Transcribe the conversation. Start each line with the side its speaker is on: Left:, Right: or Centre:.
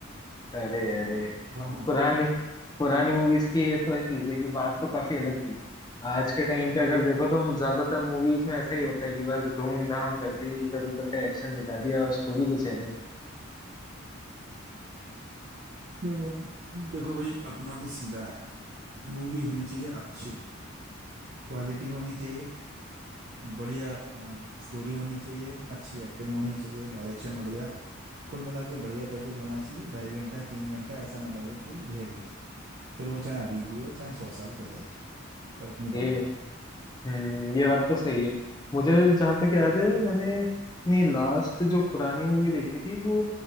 Left: अरे अरे
Right: वो
Left: हम
Right: देख
Left: पुरानी
Right: रहा हूँ
Left: पुरानी मूवीज की ये तो चीज है कि बात तो काफी अलग थी आज के टाइम पे अगर देखो तो ज्यादातर मूवीज में ऐसा ही होता है कि बस धूमधाम कर दी इधर उधर का एक्शन दिखा दिया और स्टोरी कुछ है नहीं
Right: देखो देखो भाई अपना तो सीधा है मूवी होनी चाहिए अच्छी क्वालिटी होनी चाहिए बढ़िया स्टोरी होनी चाहिए अच्छी एक्टिंग होनी चाहिए डायरेक्शन बढ़िया कुल मिला के बढ़िया पैकेज होना चाहिए ढाई घंटा तीन घंटा ऐसा ना लगे कि झेल रहे हैं फिर वो चाहे अभी की हो चाहे सौ साल पहले की फर्क नहीं पड़ता
Left: ये हम्म ये बात तो सही है मुझे जहां तक याद है मैंने अपनी लास्ट जो पुरानी मूवी देखी थी वो